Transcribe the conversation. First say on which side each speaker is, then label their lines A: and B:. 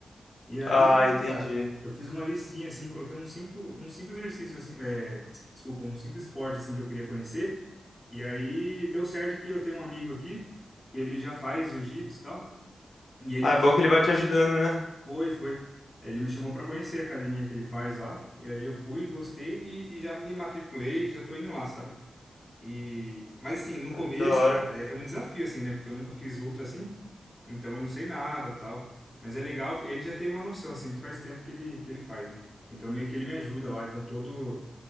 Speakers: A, on the left; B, on the left.
A: E aí,
B: ah, entendi.
A: cara, eu fiz uma listinha assim, coloquei uns cinco, uns cinco exercícios assim, é, desculpa, uns cinco esportes assim que eu queria conhecer. E aí deu certo que eu tenho um amigo aqui que ele já faz jiu-jitsu e tal, e ele
B: Ah,
A: me
B: é bom
A: chamou
B: que ele
A: pra
B: vai te
A: conhecer.
B: ajudando, né?
A: Foi, foi. Ele me chamou pra conhecer a academia que ele faz lá, e aí eu fui, gostei e, e já me matriculei, já tô indo lá, sabe? E, mas assim, no
B: Ah,
A: começo,
B: que da hora.
A: cara, é, é um desafio, assim, né? Porque eu nunca fiz luta assim, então eu não sei nada, tal. Mas é legal, ele já tem uma noção, assim, porque faz tempo que ele, que ele faz, né? Então meio que ele me ajuda lá, então todo,